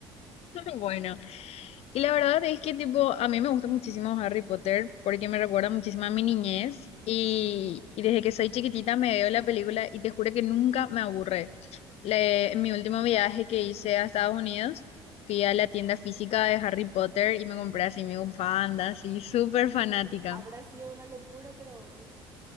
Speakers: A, on the left; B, on the right.
A: <laughs> Bueno. Y la verdad es que tipo, a mí me gusta muchísimo Harry Potter porque me recuerda muchísimo a mi niñez y, y desde que soy chiquitita me veo la película y te juro que nunca me aburre. Le- en mi último viaje que hice a Estados Unidos, fui a la tienda física de Harry Potter y me compré así mi bufanda, así súper fanática.
B: Habrá sido una locura para vos.